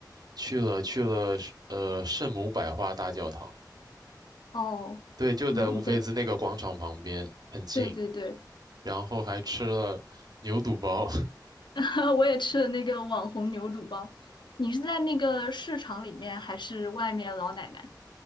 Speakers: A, on the right; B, on the left.
A: 去了去了呃圣母百花大教堂，
B: 哦，
A: 对，就在乌菲兹那个广场旁边，
B: 嗯，对
A: 很近。
B: 对对对，
A: 然后还吃了牛肚包。
B: <laughs> 我也吃了那个网红牛肚包。你是在那个市场里面，还是外面老奶奶？